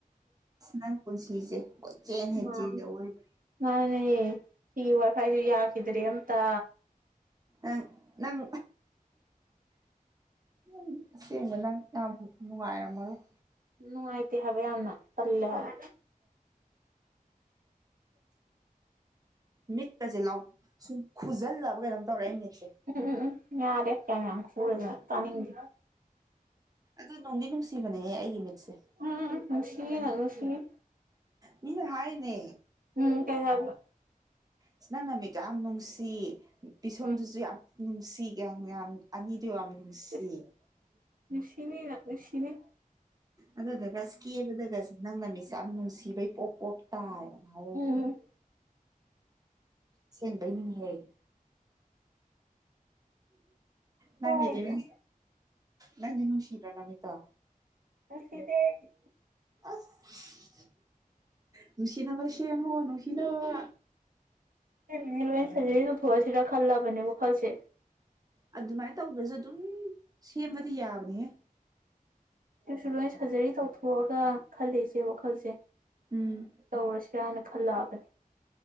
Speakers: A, on the right (about 25°); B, on the right (about 70°).
A: ꯑꯁ ꯅꯪ ꯄꯨꯟꯁꯤꯁꯦ ꯀꯣꯏꯆꯦꯟ ꯍꯦꯛ
B: ꯃꯥꯅꯦ
A: ꯆꯦꯜꯂꯤ ꯑꯑꯣꯏꯕ
B: ꯃꯥꯅꯦ ꯁꯤꯒꯤ ꯋꯥꯏꯐꯥꯏꯁꯨ ꯌꯥꯈꯤꯗ꯭ꯔꯦ ꯑꯝꯇ
A: ꯅꯪ ꯅꯪ ꯎꯝ ꯑꯁꯦꯡꯕ ꯅꯪ ꯌꯥꯝ ꯅꯨꯡꯉꯥꯏꯔꯝꯃꯔꯣꯏ
B: ꯅꯨꯡꯉꯥꯏꯇꯦ ꯍꯥꯏꯕ ꯌꯥꯝꯅ ꯇꯜꯂꯦ ꯍꯥꯏꯕ
A: ꯃꯤꯠꯇꯀꯁꯦ ꯂꯥꯎ ꯁꯨꯝ ꯈꯨꯖꯜꯂꯕ ꯀꯩꯅꯣꯝ ꯇꯧꯔꯦ ꯑꯩ ꯃꯤꯠꯁꯦ
B: ꯎꯝ ꯎꯝ ꯎꯝ ꯌꯥꯔꯦ ꯀꯌꯥ ꯌꯥꯝ ꯈꯨꯨꯔꯗꯅ ꯇꯥꯅꯤꯡꯗꯦ
A: ꯑꯗꯣ ꯅꯨꯡꯗꯤ ꯅꯨꯡꯁꯤꯕꯅꯦꯍꯦ ꯑꯩꯒꯤ ꯃꯤꯠꯁꯦ
B: ꯑꯥ ꯑꯥ ꯅꯨꯡꯁꯤꯌꯦ ꯅꯪ ꯅꯨꯡꯁꯤꯅꯤ
A: ꯃꯤꯅ ꯍꯥꯏꯔꯤꯅꯦ
B: ꯎꯝ ꯀꯩ ꯍꯥꯏꯕ
A: ꯏꯁ ꯅꯪ ꯅꯃꯤꯠꯇꯣ ꯌꯥꯝ ꯅꯨꯡꯁꯤ ꯄꯤꯁꯨꯝꯗꯨꯁꯨ
B: ꯎꯝ
A: ꯌꯥꯝ ꯅꯨꯡꯁꯤ ꯌꯥꯝ ꯌꯥꯝ ꯑꯅꯤꯗꯨ ꯌꯥꯝ ꯅꯨꯡꯁꯤ
B: ꯏꯁ ꯏꯁ‌ ꯅꯨꯡꯁꯤꯅꯤ ꯅꯪ ꯅꯨꯡꯁꯤꯅꯤ
A: ꯑꯗꯨꯗꯨꯒ ꯀꯦꯕꯗꯒꯁꯨ ꯅꯪꯅ ꯅꯃꯤꯠꯁꯦ ꯌꯥꯝ ꯅꯨꯡꯁꯤꯕꯩ ꯄꯣꯞ ꯄꯣꯞ ꯇꯥꯏ ꯍꯥꯏꯔꯛꯏꯕ
B: ꯎꯝ
A: ꯑꯁꯦꯡꯕꯩꯅꯤꯅꯦꯍꯦ ꯅꯪꯒꯤꯗꯤ
B: ꯍꯣꯏꯗ
A: <unintelligible> ꯅꯪꯗꯤ ꯅꯨꯡꯁꯤꯗꯔꯣ ꯅꯃꯤꯠꯇꯣ
B: ꯅꯨꯡꯁꯤꯗꯦ ꯑꯩꯗꯤ
A: ꯑꯁ ꯅꯨꯡꯁꯤꯅꯕ ꯁꯦꯝꯃꯣ ꯅꯨꯡꯁꯤꯅꯕ
B: ꯑꯩꯕꯨꯗꯤ ꯂꯣꯏꯅ ꯁꯔꯖꯔꯤ ꯇꯧꯊꯣꯛꯑꯁꯤꯔ ꯈꯜꯂꯕꯅꯦ ꯋꯥꯈꯜꯁꯦ
A: ꯑꯗꯨꯃꯥꯏꯅ ꯇꯧꯗꯔꯁꯨ ꯑꯗꯨꯝ ꯁꯦꯝꯕꯗꯤ ꯌꯥꯕꯅꯤꯍꯦ
B: ꯑꯗꯨꯁꯨ ꯂꯣꯏ ꯁꯔꯖꯔꯤ ꯇꯧꯊꯣꯛꯑꯒ ꯈꯜꯂꯤꯁꯦ ꯋꯥꯈꯜꯁꯦ
A: ꯎꯝ
B: ꯇꯧꯔꯁꯤꯔꯅ ꯈꯜꯂꯛꯑꯕꯅꯤ